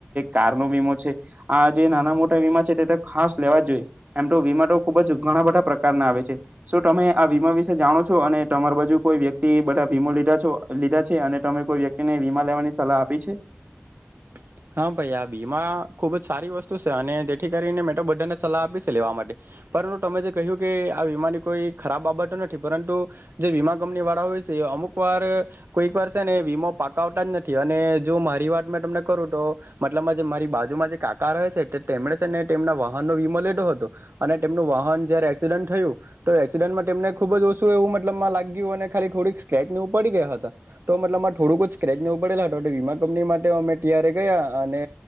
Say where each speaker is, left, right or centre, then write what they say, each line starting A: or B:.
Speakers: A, on the right (about 35°); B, on the right (about 55°).
A: કાર ન વીમો છે આ જે નાના મોટા વીમા છે તે ખાસ લેવા જ જોઈએ એમ તો વમા ખુબ જ ઘણા બધા પ્રકાર ના આવે છે તો તમે આ વીમા વિશે જાણો છો અને તમાર બાજુ કોઈ વ્યક્તિ બધા વીમો લીધા છ લીધા છે અને તમે કોઈ વ્યક્તિને વીમા લેવાની સલાહ આપી છે
B: <inaudible> હા ભાઈ આ ભીમા ખુબ જ સારી વસ્તુ છે અને તેથી કરીને મેટો બાને સલાહ આપી છે લેવા માટે પરંતુ તમે જે કહ્યું કે આ વીમાની કોઈ ખરાબ બાબત નથી પરંતુ જે વીમા કંપની વાળા હોય અમુક વાર કોઈક વાર છે ને વીમો પાક આવતા જ નથી અને જો મારી વાત મે તમને કરું તો મતલબ જે મારી બાજુમાં જે કાકા રહે છે તેમણે છે ને તેમના વાહનનોો વીમો લીધો હતો અને તેમનું વાહન જયારે એક્સિડન્ટ થયું તો એક્સિડન્ટમાં તેમને ખુબ જ ઓછું એવું મતલબમાં લાગ્યું અને ખાલી થોડીક સ્ક્રેચવ ઉપ પડી ગયા હતા તો મતલબમાં થોડુંક જ સ્ક્રેચ નેવું પડેલા વીમા કંપની માટેમે ્યારે ગયા અને